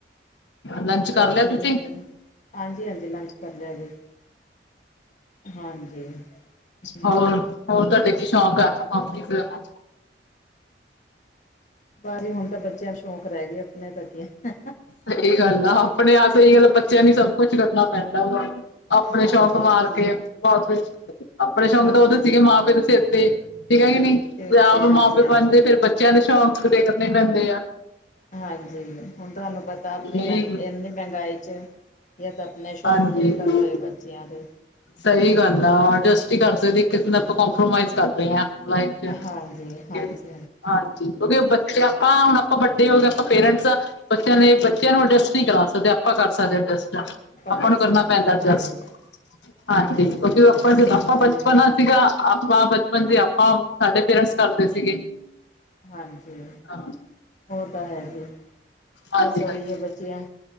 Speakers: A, on the left (about 85°); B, on the left (about 45°).
A: ਲੰਚ
B: ਹੋਰ
A: ਕਰ
B: ਬਸ
A: ਲਿਆ ਤੁਸੀਂ
B: ਜੀ ਵਧੀਆ ਜੀ ਹਾਂਜੀ ਹਾਂਜੀ ਲੰਚ ਕਰ ਲਿਆ ਜੀ ਹਾਂਜੀ ਹੂੰ
A: ਹੋਰ ਹੋਰ ਤੁਹਾਡੇ ਕੀ ਸ਼ੌਕ ਆ <unintelligible>
B: ਬਸ ਜੀ ਹੁਣ ਤਾਂ ਬੱਚਿਆਂ ਦੇ ਸ਼ੌਂਕ ਰਹਿ ਗੇ ਆਪਣੇ ਤਾ ਕੀ ਆ
A: ਸਈ ਗੱਲ ਐ ਆਪਣੇ ਆਪ ਬੱਚਿਆਂ ਲਈ ਸਭ ਕੁਛ ਕਰਨਾ ਪੈਂਦਾ ਵਾ ਆਪਣੇ
B: ਹਾਂਜੀ
A: ਸ਼ੋਕ ਮਾਰ
B: ਹਾਂਜੀ
A: ਕੇ ਬਸ ਫੇਰ, ਆਪਣੇ ਸ਼ੌਂਕ
B: ਹਾਂਜੀ
A: ਤਾਂ ਉਦੋ ਸੀਗੇ ਮਾਂ ਪਿਓ ਦੇ ਸਿਰ ਤੇ ਠੀਕ ਐ ਕਿ ਨੀ ਜਦ
B: ਸਿਰ
A: ਆਪ
B: ਤੇ ਹਾਂਜੀ
A: ਮਾਂ ਪਿਓ
B: ਹਾਂਜੀ
A: ਬਣਜੇ ਫੇਰ ਬੱਚਿਆਂ ਦੇ ਸ਼ੌਂਕ ਪੂਰੇ ਕਰਨੇ ਪੈਂਦੇ ਆ
B: ਹਾਂਜੀ ਹੁਣ ਤੁਹਾਨੂੰ ਪਤਾ ਆਪਣੀ
A: ਨਹੀਂ
B: ਮਹ ਇੰਨੀ ਮਹਿੰਗਾਈ ਚ ਜਾਂ ਤਾਂ ਆਪਣੇ ਸ਼ੌਂਕ
A: ਹਾਂਜੀ
B: ਪੂਰੇ ਕਰ ਲਓ ਜਾ ਬੱਚਿਆਂ ਦੇ
A: ਸਹੀ ਗੱਲ ਆ ਅਡਜਸਟ ਈ ਕਰ ਸਕਦੇ ਕਿਸੇ ਨਾਲ ਆਪਾਂ ਕੰਪਰੋਮਾਈਜ਼ ਕਰ ਰਹੇ ਆ। ਲਾਈਫ ਚ,
B: ਹਾਂਜੀ
A: ਠੀਕ
B: ਹਾਂਜੀ
A: ਏ ਜੀ ਹਾਂਜੀ ਕਿਉਂਕਿ ਬੱਚੇ
B: ਤੇ
A: ਆਪਾਂ ਹੁਣ ਆਪਾਂ ਵੱਡੇ ਹੋ ਗਏ ਆਪਾਂ ਪੇਰੈਂਟਸ ਆ ਬੱਚਿਆਂ ਲਈ ਬੱਚਿਆਂ ਨੂੰ ਅਡਜਸਟ ਨਹੀਂ ਕਰਾ ਸਕਦੇ ਆਪਾਂ ਕਰ ਸਕਦੇ ਅਡਜਸਟ ਆਪਾਂ
B: ਕਰ
A: ਨੂੰ
B: ਸਕਦੇ
A: ਕਰਨਾ ਪੈਂਦਾ
B: ਹਾਂ
A: ਅਡਜਸਟ,
B: ਹਾਂਜੀ
A: ਹਾਂਜੀ <unintelligible>
B: ਬਸ
A: ਆਪਾਂ
B: ਉਹੀ
A: ਬਚਪਨ
B: ਹੈ
A: ਆ ਸੀਗਾ ਆਪਾਂ ਬਚਪਨ ਦੀ ਆਪਾਂ ਸਾਡੇ ਪੇਰੈਂਟਸ ਕਰਦੇ ਸੀਗੇ
B: ਹਾਂਜੀ
A: ਹਾਂ
B: ਉਹ ਤਾਂ ਹੈ। ਹਾਂਜੀ,
A: ਹਾਂਜੀ
B: ਬਸ ਐਈ
A: ਹਾਂਜੀ
B: ਐ ਬੱਚੀਆਂ